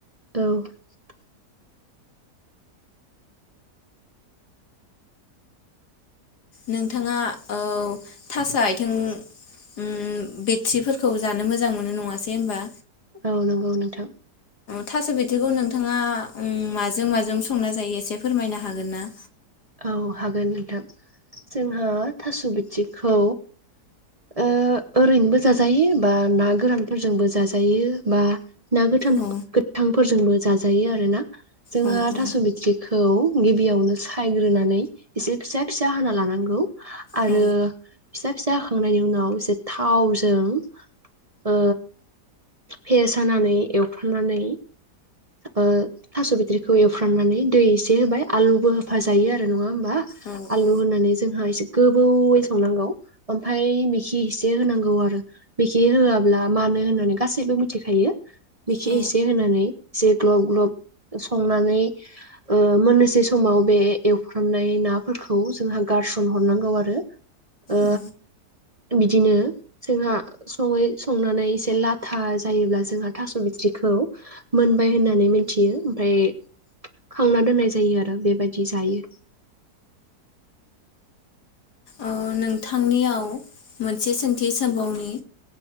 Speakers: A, on the right; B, on the left.
A: औ <inaudible>
B: नोंथाङा औ थास' आथिं ओ बेथ्रिफोरखौ जानो मोजां मोनो नङासै होनबा?
A: औ नंगौ नोंथां
B: थास' बिथ्रिखौ नोंथाङा उम माजों माजों संना जायो एसे फोरमायनो हागोन ना?
A: औ हागोन नोंथां जोंहा थास बिथरिखौ ओ ओरैनोबो जाजायो बा ना गोरानफोरजोंबो जाजायो बा ना गोथां
B: औ
A: गोथांफोरजोंबो जाजायो आरो ना जोंहा
B: औ औ
A: थास बिथरिखौ बेयावनोसो खायग्रोनानै एसे फिसा फिसा हाना लानांगौ आरो
B: औ
A: फिसा फिसा हाखांनायनि उनाव एसे थावजों ओ फेेज हानानै एवफ्रामनानै ओ थास बिथ्रिखौ एवफ्रामनानै दै एसे होबाय आलुबो होफा जायो आरो नङा होमबा
B: औ
A: आलु
B: औ
A: होनानै जोंहा एसे गोबौयै संनांगौ ओमफ्राय मिखि एसे होनांगौ आरो बिखि होआब्ला मानो होननानै गासैबो मिथिखायो मिखि
B: औ
A: एसे होनानै जे ग्लब ग्लब संनानै ओ मोननोसै समाव बे एवफ्रामनाय ना फोरखौ जोंहा गारसन हरनांगौ आरो ओ
B: औ
A: बिदिनो जोंहा सङै संनानै एसे लाथा जायोब्ला जोंहा थास बिथरिखौ मोनबाय होनना नानै मिनथियो ओमफ्राय खांना दोन्नाय जायो आरो बेबाय जायो
B: ओ नोंथांनियाव मोनसे सोंथि सोंबावनि